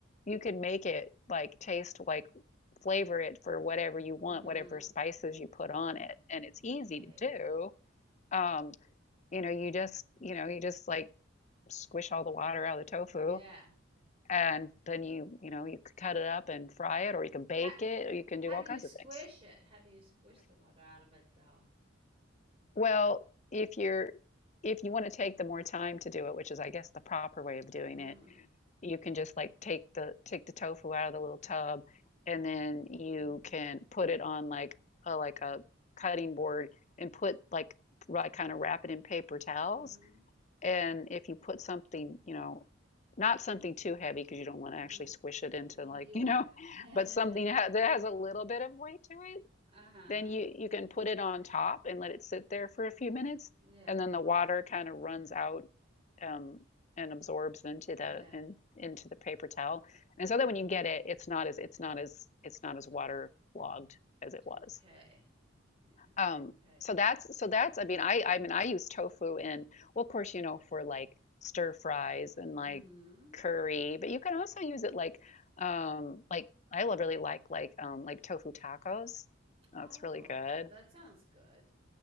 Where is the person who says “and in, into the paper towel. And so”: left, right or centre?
Left